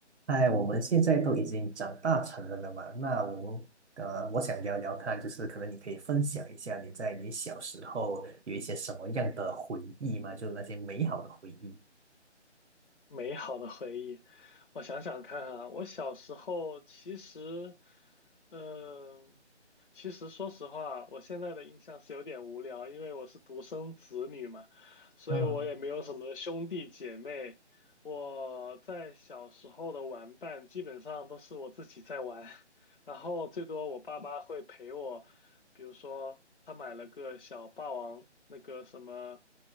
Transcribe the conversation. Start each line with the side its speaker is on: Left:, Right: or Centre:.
Right: 哎，我们现在都已经长大成人了嘛，那我们呃，我想聊聊看，就是可能你可以分享一下你在你小时候有一些什么样的回忆吗？就是那些美好的回忆。
Left: 美好的回忆，我想想看啊，我小时候其实，嗯、其实说实话，我现在的印象是有点无聊，因为我是独生子女嘛，所以我也没有什么兄弟姐妹。
Right: 嗯
Left: 我在小时候的玩伴基本上都是我自己在玩，<laughs> 然后最多我爸妈会陪我。比如说他买了个小霸王那个什么